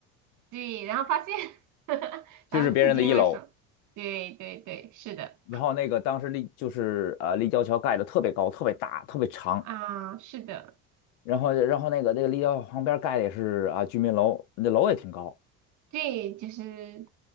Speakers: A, on the right; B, on the left.
A: 对，然后发现，<laughs>
B: 就是别人的一楼。
A: 然后刺激了手，对对对，是的，
B: 然后那个当时立就是呃立交桥盖的特别高，特别大，特别长。
A: 啊，是的，
B: 然后然后那个那个立交桥旁边盖的也是啊居民楼，那楼也挺高。
A: 对，就是